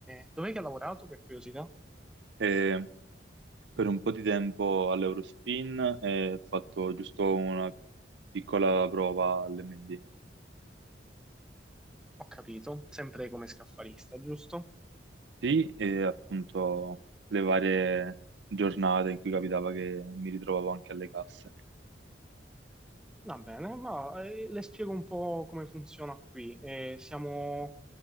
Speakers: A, in the centre; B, on the right.
A: eh, dov'è che ha lavorato per curiosità?
B: E per un po' di tempo all'Eurospin e ho fatto giusto una piccola prova all'MD.
A: Ho capito, sempre come scaffalista, giusto?
B: Sì, e appunto le varie giornate in cui capitava che mi ritrovavo anche alle casse.
A: Va bene, ma eh, le spiego un po' come funziona qui. Eh, siamo,